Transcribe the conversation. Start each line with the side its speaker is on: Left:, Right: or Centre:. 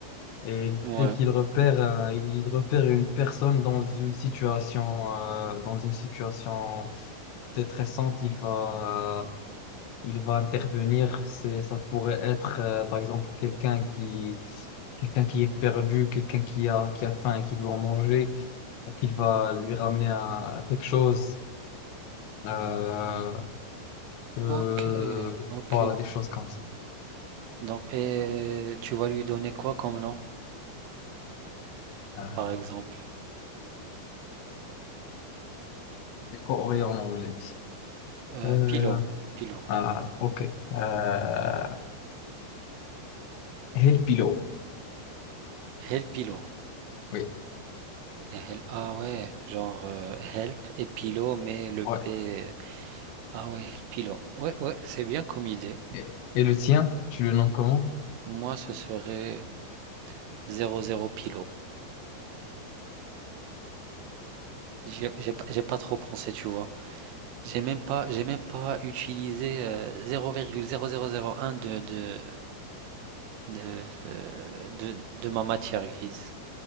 Left: Et
Right: Ouais.
Left: dès qu'il repère, euh, il repère une personne dans une situation, euh, dans une situation détressante, il va, il va intervenir. C'est, ça pourrait être, euh, par exemple, quelqu'un qui, quelqu'un qui est perdu, quelqu'un qui a, qui a faim et qui doit manger, donc il va lui ramener un- quelque chose. Euh, euh,
Right: Ok, ok.
Left: voilà, des choses comme ça.
Right: Donc, et tu vas lui donner quoi comme nom,
Left: Euh,
Right: par exemple?
Left: des coréens en anglais.
Right: Euh,
Left: Euh,
Right: Pilo, Pilo.
Left: ah, ok. Euh, Helpilo.
Right: El Pilo.
Left: Oui,
Right: hel- Ah ouais, genre euh, help et pilo, mais le
Left: ouais.
Right: P. Ah ouais, help pilo. Ouais, ouais, c'est bien comme idée.
Left: Et, et le tien, tu le nommes comment?
Right: Moi, ce serait 00 pilo. J'ai j'ai pas j'ai pas trop pensé, tu vois. J'ai même pas, j'ai même pas utilisé euh, 0,0001 de, de, de, euh, de, de ma matière grise.